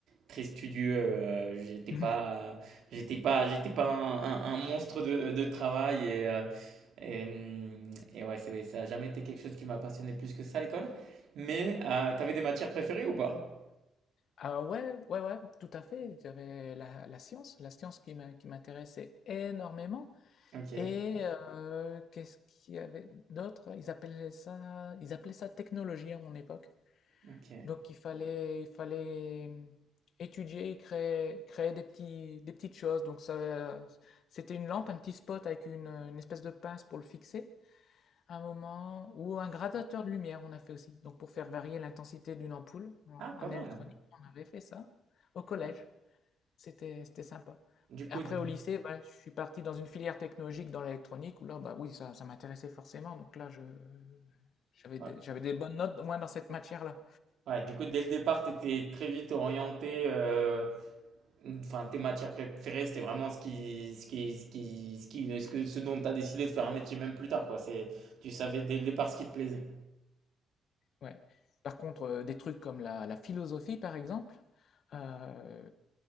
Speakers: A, on the right; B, on the left.
A: très studieux. euh, j'étais
B: <laughs>
A: pas, j'étais pas, j'étais pas un, un- un monstre de, de travail et, euh, et, hum, et ouais, c'est- ça a jamais été quelque chose qui m'a passionné plus que ça à l'école. Mais euh, t'avais des matières préférées ou pas?
B: Ah ouais, ouais, ouais, tout à fait. J'avais la, la science, la science qui m'a- qui m'intéressait énormément.
A: Ok,
B: Et euh, qu'est-ce qu'il y avait d'autre? Ils appelaient ça, ils appelaient ça technologie à mon époque.
A: ok.
B: Donc il fallait, il fallait mmh, étudier, créer, créer des petits, des petites choses. Donc ça, c'était une lampe, un petit spot avec une, une espèce de pince pour le fixer. Un moment ou un gradateur de lumière, on a fait aussi. Donc pour faire varier l'intensité d'une ampoule en,
A: Ah, pas
B: en
A: mal.
B: électronique, on avait fait ça au collège.
A: Ouais.
B: C'était c'était sympa.
A: Du coup,
B: Après
A: d-
B: au lycée, bah, je suis parti dans une filière technologique dans l'électronique où là, bah oui, ça, ça m'intéressait forcément. Donc là, je j'avais
A: ouais.
B: des, j'avais des bonnes notes au moins dans cette matière-là.
A: Ouais, du coup, dès le départ, tu étais très vite orienté. euh, Enfin, tes matières préférées, c'était vraiment ce qui, ce qui, ce qui, ce qui, ce que, ce dont tu as décidé de faire un métier même plus tard, quoi. C'est, tu savais dès le départ ce qui te plaisait.
B: Ouais. Par contre, euh, des trucs comme la, la philosophie, par exemple, euh,